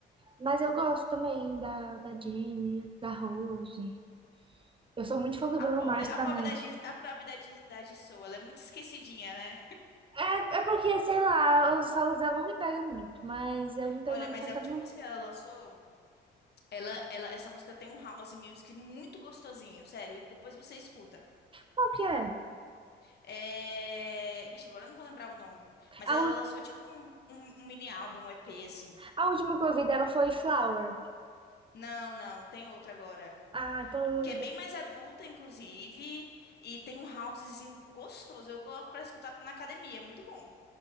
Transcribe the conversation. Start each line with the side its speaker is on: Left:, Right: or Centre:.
Right: Mas eu gosto também da, da Jenny, da Rose. Eu sou muito fã do
Left: A
Right: Bruno
Left: pobre,
Right: Mars
Left: a
Right: também.
Left: pobre da, Gi- a pobre da, Gi- da Jisoo, ela é muito esquecidinha, né?
Right: É, é porque, sei lá, os solos dela não me pegam muito, mas eu não tenho
Left: Olha,
Right: nada
Left: mas
Right: contra.
Left: a última
Right: Não.
Left: música que ela lançou, ela, ela, essa música tem um house music muito gostosinho, sério. E depois você escuta.
Right: Qual que é?
Left: É... Vixe, agora eu não vou lembrar o nome. Mas
Right: A,
Left: ela
Right: ú-
Left: lançou tipo um, um- um mini álbum, um EP, assim.
Right: a última que eu ouvi dela foi Flower.
Left: Não, não, tem outra agora.
Right: Ah, então eu ouvi
Left: Que é bem
Right: depois.
Left: mais adulta, inclusive. E tem um housezinho gostoso. Eu coloco pra escutar na academia, é muito bom.